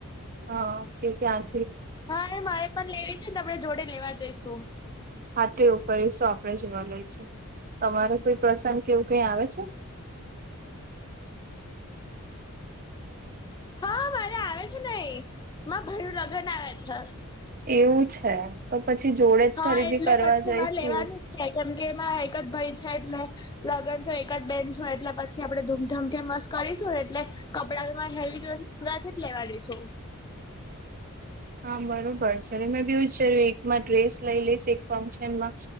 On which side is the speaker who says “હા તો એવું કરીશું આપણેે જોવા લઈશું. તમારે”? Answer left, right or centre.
Right